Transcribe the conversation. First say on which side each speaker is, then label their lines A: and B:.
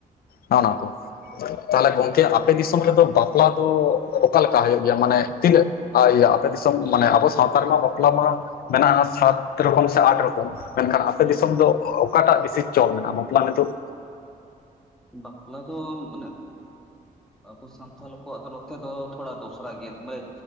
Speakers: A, on the left (about 80°); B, in the centre.
A: ᱱᱚᱜ ᱱᱚᱣᱟ ᱠᱚ ᱛᱟᱦᱚᱞᱮ ᱜᱚᱝᱠᱮ
B: ᱦᱩᱸ
A: ᱟᱯᱮ ᱫᱤᱥᱚᱢ ᱼᱼ ᱟᱯᱮ ᱫᱤᱥᱚᱢ ᱨᱮᱫᱚ ᱵᱟᱯᱞᱟ ᱫᱚ ᱚᱠᱟ ᱞᱮᱠᱟ ᱦᱩᱭᱩᱜ ᱜᱮᱭᱟ ᱢᱟᱱᱮ ᱛᱤᱱᱟᱹᱜ? ᱟᱨ ᱟᱯᱮ ᱫᱤᱥᱚᱢ ᱢᱟᱱᱮ ᱟᱵᱚ ᱥᱟᱶᱛᱟ ᱨᱮᱢᱟ ᱵᱟᱯᱞᱟ ᱢᱟ ᱢᱮᱱᱟᱜᱼᱟ ᱥᱟᱛ ᱨᱚᱠᱚᱢ ᱥᱮ ᱟᱴ ᱨᱚᱠᱚᱢ ᱾ ᱢᱮᱱᱠᱷᱟᱱ ᱟᱯᱮ
B: ᱦᱩᱸ
A: ᱫᱤᱥᱚᱢ ᱫᱚ ᱚᱠᱟᱴᱟᱜ ᱵᱤᱥᱤ ᱪᱚᱞ ᱢᱮᱱᱟᱜ ᱟ ᱵᱟᱯᱞᱟ ᱱᱤᱛᱚᱜ?
B: ᱵᱟᱯᱞᱟ ᱫᱚ ᱢᱟᱱᱮ ᱟᱵᱚ ᱥᱟᱱᱛᱟᱞ ᱠᱚᱣᱟᱜ ᱫᱚ ᱱᱚᱛᱮ ᱫᱚ ᱛᱷᱚᱲᱟ ᱫᱚᱥ ᱼᱼ ᱛᱷᱚᱲᱟ ᱜᱮ ᱢᱟᱹᱭ